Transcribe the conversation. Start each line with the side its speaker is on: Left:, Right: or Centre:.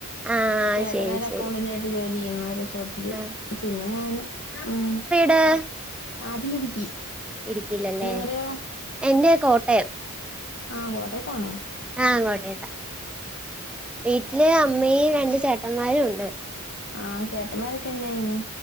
Centre: ആഹ്
Left: ചേട്ടനൊരു
Centre: ശരി ശരി
Left: അക്കൗണ്ടന്റ് ആയിട്ട് ജോലി ചെയ്യുന്നു റിസോർട്ടില്
Centre: ആഹ്
Left: പിന്നെ ഞാന് ഉം
Centre: ഡാ
Left: നാട്ടിലിടുക്കി
Centre: ഇടുക്കില്ലല്ലേ
Left: നിങ്ങളുടെയോ
Centre: എന്റെ കോട്ടയം
Left: ആഹ കോട്ടയത്താണൊ
Centre: ആ കോട്ടയത്ത, വീട്ടില് അമ്മയും രണ്ട് ചേട്ടമാരും ഉണ്ട്
Left: ആഹ ചേട്ടമാരൊക്കെ എന്നായ്യുന്നു?